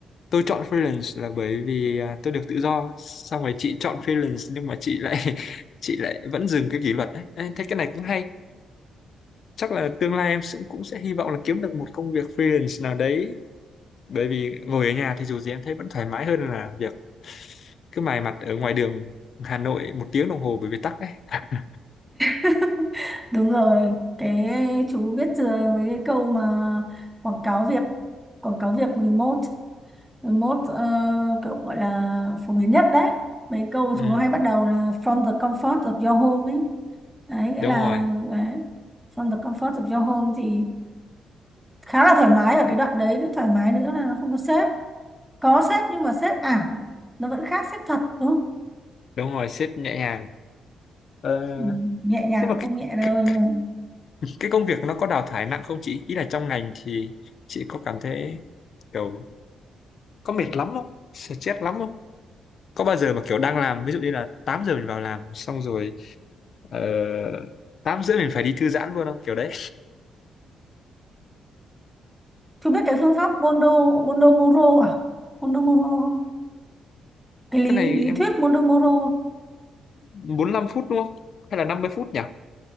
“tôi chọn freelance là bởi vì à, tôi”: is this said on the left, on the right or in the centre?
Left